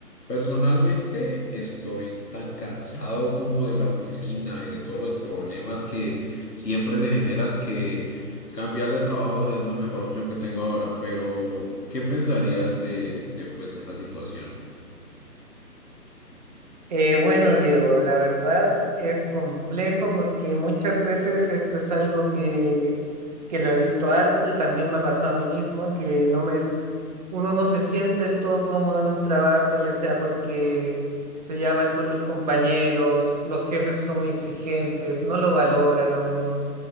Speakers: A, on the left; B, on the right.
A: Personalmente estoy tan cansado como de la oficina y de todos los problemas que siempre se generan que cambiar de trabajo es la mejor opción que tengo ahora. Pero, ¿qué pensarías de, de pues esa situación?
B: Eh, bueno, Diego, la verdad es complejo porque muchas veces esto es algo que, que lo he visto harto y también me ha pasado a mí mismo, que no me, uno no se siente del todo cómodo en un trabajo, ya sea porque se llama mal con los compañeros, los jefes son muy exigentes, no lo valoran a uno.